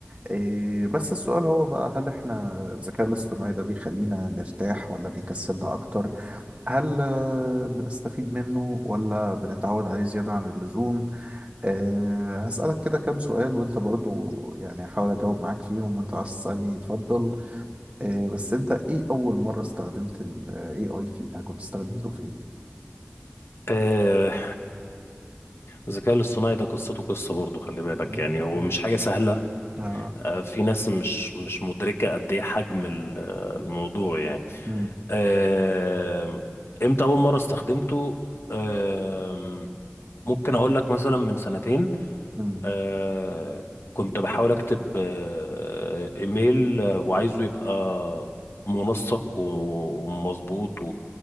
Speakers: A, on the right (about 30°); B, on the left (about 75°).
A: آه، بس السؤال هو بقى هل احنا الذكاء الاصطناعي ده بيخلينا نرتاح ولا بيكسلنا اكتر هل آه، بنستفيد منه ولا بنتعود عليه زيادة عن اللزوم آه، هسألك كده كام سؤال وانت برضو يعني هحاول اجاوب معاك فيهم وانت عايز تسألني اتفضل آه، بس انت ايه اول مرة استخدمت ال AI فيها كنت استخدمته في ايه؟
B: آه، الذكاء الاصطناعي ده قصته قصة برضه خلي بالك
A: <laughs>
B: يعني هو مش حاجة سهلة
A: اه
B: آه، في ناس مش مش مدركة قد ايه حجم ال- الموضوع يعني
A: امم
B: آه، امتى أول مرة استخدمته آه، ممكن أقول لك مثلا من سنتين
A: امم
B: آه، كنت بحاول أكتب آه، إيميل آه، وعايزه يبقى منسق و- ومظبوط